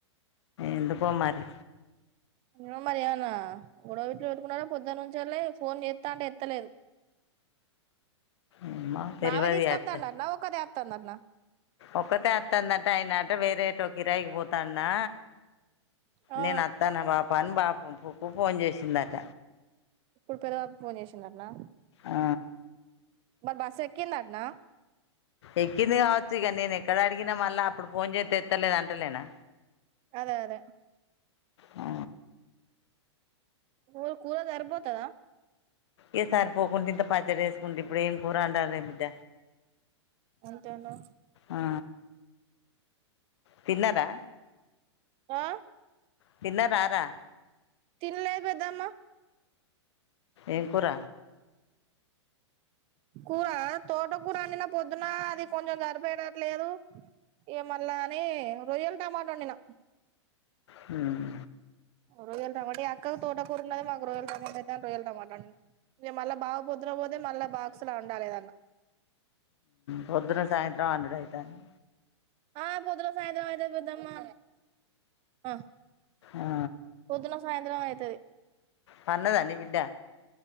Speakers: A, on the left (about 65°); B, on the right (about 35°).
A: ఎందుకో మరి
B: ఏమో మరి ఏమన్నా గొడవవిట్లు వెట్టుకున్నార పొద్దున్నుంచి అల్లే ఫోన్ చేత్తాంటే ఎత్తలేదు
A: ఏమో తెల్వది
B: భావే తీసుకద్దడంట్న
A: అత్త
B: ఒక్కదే త్తందట్నా
A: ఒక్కతే అత్తందట ఆయనెటో వేరేటో కిరాయిగివోతన్నా
B: ఆ
A: నేను అత్తనా బాప్ అన్ బాపు పో పో ఫోన్ జేసిందట
B: ఇప్పుడు పెద బాపుకు ఫోన్ చేసిందట్నా
A: ఆ
B: మరి బస్ ఎక్కిందట్నా
A: ఎక్కింది కావచ్చు ఇక నేను ఎక్కడ అడిగినా మళ్ళా అప్పుడు ఫోన్ చేత్తే ఎత్తలేదు అంటలేనా
B: అదే అదే
A: ఆ
B: ఊర్ కూర సరిబోతాదా
A: ఏ సర్ పోకుంటే ఇంత పచ్ పచ్చడేసుకుంటే ఇప్పుడు ఏం కూర అండలే బిడ్డ
B: అంతేనా
A: ఆ తిన్నరా
B: ఆ
A: తిన్నరా రా
B: తినలే పెద్దమ్మా
A: ఏంకూర
B: కూరా తోట కూర వండిన పొద్దున అది కొంచెం సరిపోయేటట్లేదు ఇగ మళ్ళ అని రొయ్యల్ టమాటా వండినా
A: హుమ్
B: రోయల్ టమాట ఈ అక్కకు తోట కూర ఉన్నది మాకు రోయల్ టమాట అయిని రోయల్ టమాటావండిన మళ్ళ బాబు పొద్దున పోతే మళ్ళ బాక్స్ లా ఉండాలి దాన్ల
A: పొద్దున సాయంత్రం అండుడైతాంది
B: ఆ పొద్దున సాయంత్రం అయితది పెద్దమ్మా అ
A: ఆ
B: పొద్దున సాయంత్రం అయితది
A: పన్నదా నీ బిడ్డ